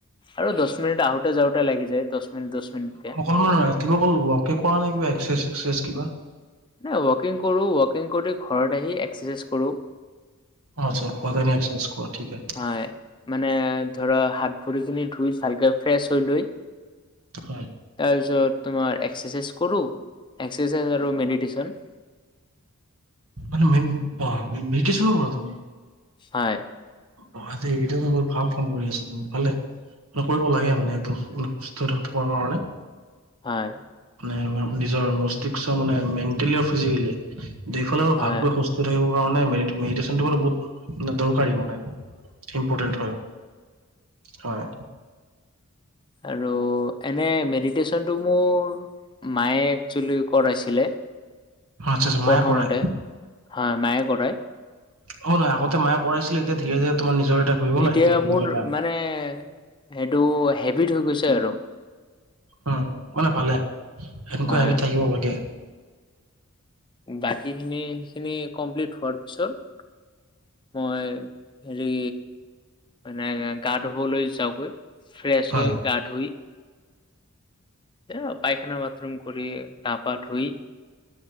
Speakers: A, on the left; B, on the right.
A: আৰু দহ মিনিট আহোতে যাওঁতে, লাগি যায় দহ মিনিট, দহ মিনিটকে।
B: নহয় তুমি অকল ওৱৰ্কে কৰা নে, কিবা এক্ৰচাইজ- চাক্ৰচাইজ কিবা?
A: এ, ওৱাকিং কৰো, ওৱাকিং কৰি ঘৰত আহি এক্সাৰচাইজ কৰো।
B: অ, <inaudible> কৰা এক্ৰচাইজ কৰা ঠিকে হে
A: হয়, মানে ধৰা হাত ভৰিখিনি ধুই ভালকে ফ্ৰেছ হৈ লৈ।
B: হয়।
A: তাৰপিছত তোমাৰ এক্সাৰচাইজ কৰো, এক্সাৰচাইজ আৰু মেডিটেশ্যন।
B: <inaudible> কৰা‌ তুমি।
A: হয়।
B: অ, এইটো নম্বত ভাল ফোন কৰি আছে তুমি পালে। কৰিব লাগে মানে, একদমে সুস্থ হৈ থকাৰ কাৰণে।
A: হয়।
B: মানে নিজৰ ৰেষ্ট্ৰিকচন মানে মেণ্টেলি আৰু ফ্ৰিজিকেলি, দুই ফালে মানে
A: হয়
B: ভালকৈ সত থাকিব কাৰণে মেৰিড-মেডিটেশ্যন বহুত দৰকাৰী মানে। ইম্পৰ্টেণ্ট হয়, হয়।
A: আৰু এনে মেডিটেশ্যনটো মোৰ। মায়ে, একচোয়েলি কৰাইছিলে।
B: আচ্ছা আচ্ছা
A: প্ৰথমতে
B: মায়ে কৰাই
A: হা, মায়ে কৰায়।
B: হয়, আগতে মায়ে কৰাইছিলে, এতিয়া তোমাৰ ধিৰে-ধিৰে তোমাৰ নিজৰ এটা হৈ গ'ল
A: এতিয়া
B: হেবিট
A: মোৰ
B: এটা
A: মানে, সেইটো হেবিট হৈ গৈছে আৰু।
B: উম, মানে ভালে, এনেকুৱা
A: হয়
B: হোবিট থাকিব লাগে।
A: বাকী খিনি-খিনি কমপ্লিট হোৱাৰ পিছত। মই হেৰি এনে গা, ধুবলৈ যাওগৈ। ফ্ৰেছ
B: হয়
A: হৈ, গা ধুই। এয়া, পাইখানা বাথৰুম কৰি গা, পা ধুই